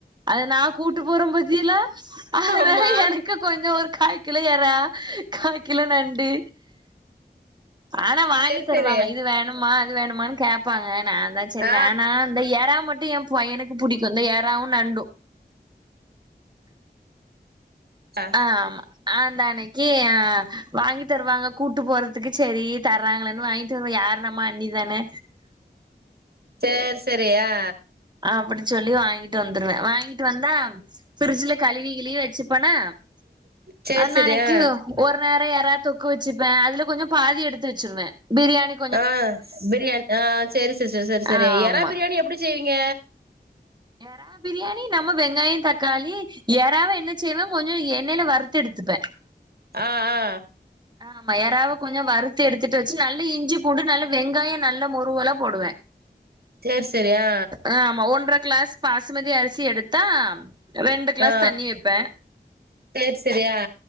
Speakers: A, on the right (about 25°); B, on the right (about 60°).
A: அது நா கூட்டு போற பத்தியலா அதுலதா
B: ஆமா
A: எனக்கு கொஞ்ச ஒரு காய் கிலோ எறா காய் கிலோ நண்டு ஆனா வாங்கி
B: சேரி
A: தருவாங்க
B: சேரி
A: இது வேணுமா அது வேணுமா கேப்பாங்க நாந்தா செரிவேனா
B: ஆ
A: இந்த ஏற மட்டு என் பையனுக்கு புடிக்கும் இந்த ஏறாவு நண்டு
B: ஆ
A: ஆமா ஆந்த அன்னைக்கி ஆ வாங்கி தருவாங்க கூட்டு போறதுக்கு செரி தர்ராங்களேன்னு வாங்கிட்டு வருவ யா நம்ம அண்ணி தானே
B: சேர் செரி ஆ
A: அப்படி சொல்லி வாங்கிட் டு வந்துருவே வாங்கிட்டு வந்தா பிரிரிட்ஜில கழுவி கிழுவி வெச்சுப்பனா
B: சேரி
A: அந்தன்னிக்கு
B: சேரி ஆ
A: ஒரு நேரோ யெரா தொக்கு வச்சுப்பே அதுல கொஞ்சம் பாதி எடுத்து வச்சிருவே பிரியாணிக்
B: ஆஹபிரியாணி ஆ செரி சிஸ்டர் செரி செரி
A: ஆமா
B: யெறா பிரியாணி எப்டி செய்வீங்க
A: யெறா பிரியாணி நம்ம வெங்காய தக்காளி யெறாவ என்ன செய்வே கொஞ்சம் எண்ணெயில வறுத்து எடுத்துப்பே <inaudible>
B: ஆ ஆ
A: ஆ ஆமா யாராவ கொஞ்ச வறுத்து எடுத்துட்டு வச்சு நல்ல இஞ்சி பூண்டு நல்ல வெங்காய நல்ல முருவெலா போடுவே
B: சேர் செரியா
A: ஆ ஆமா ஒன்ற க்ளாஸ் பாசுமதி அரிசி எடுத்தா ரெண்டு கிளாஸ்
B: ஆ
A: தண்ணி வெப்ப
B: சேரி சேரி ஆ